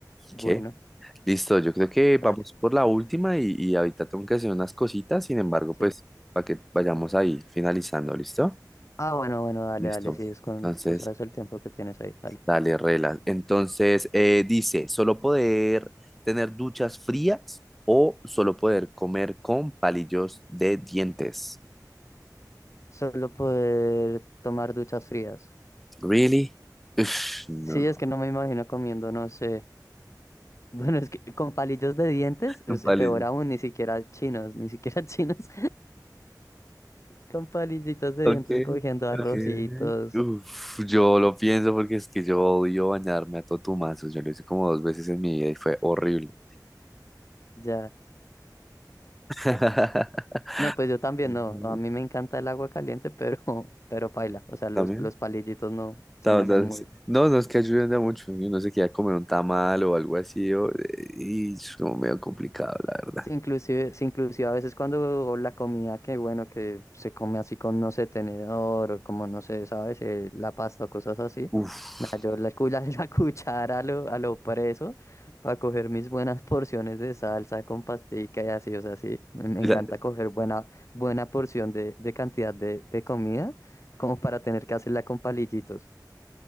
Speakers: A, on the left (about 45°); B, in the centre.
A: Bueno,
B: ¿Qué? Listo, yo creo que vamos
A: dale.
B: por la última y, y ahorita tengo que hacer unas cositas, sin embargo,
A: Sí.
B: pues para que vayamos ahí finalizando, ¿listo?
A: Ah, bueno, bueno, dale,
B: Listo.
A: dale, sí, es con,
B: Entonces,
A: tú sabes el tiempo que tienes ahí, dale.
B: dale, reglas Entonces, eh, dice, ¿solo poder tener duchas frías o solo poder comer con palillos de dientes?
A: Solo poder tomar duchas frías.
B: Really? Uf,
A: Sí,
B: no.
A: es que no me imagino comiendo, no sé. <laughs> Bueno, es que con palillos de dientes, es
B: Un palillo.
A: peor aún, ni siquiera chinos, ni siquiera <laughs> chinos. Con palillitos de
B: Ok,
A: dientes cogiendo arrocitos,
B: ok. Uf, yo lo pienso porque es que yo odio bañarme a totumazos. Yo lo hice como dos veces en mi vida y fue horrible.
A: ya.
B: <laughs>
A: No, pues yo también
B: Ujú.
A: no. A mí me encanta el agua caliente, <laughs> pero, pero paila. O sea, los,
B: ¿También?
A: los palillitos no se
B: ta-
A: me hacen
B: ta-
A: muy.
B: No, sí. no no, es que ayuden a mucho. y Uno se queda a comer un tamal o algo así. o- y es como medio complicado, la verdad.
A: Sí, inclusive, sí, inclusive a veces cuando la comida que bueno, que se come así con, no sé, tenedor o como, no sé, ¿sabes? Eh, la pasta o cosas así.
B: Uf.
A: Nah, yo la, cu- <laughs> la, la cuchara a lo, a lo preso para coger mis buenas porciones de salsa con pastica y así, o sea, sí, me, me
B: Yo
A: encanta
B: la,
A: coger buena, buena porción de, de cantidad de, de comida como para tener que hacerla con palillitos,